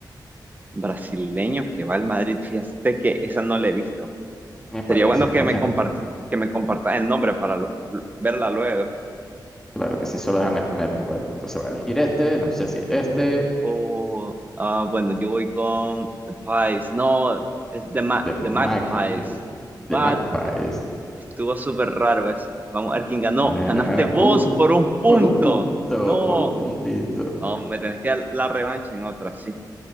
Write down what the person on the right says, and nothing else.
Brasileño que va al Madrid, fíjate que esa no la he visto.
Sería bueno
que
me compart- que me compartas el nombre para lo- verla luego.
O, ah, bueno, yo voy con The Pies. No, es The, Ma
The Magpies.
What?
Estuvo súper raro eso. Vamos a ver quién ganó.
Ganaste vos por un punto.
No,
no, me tenés que dar la revancha en otra, sí.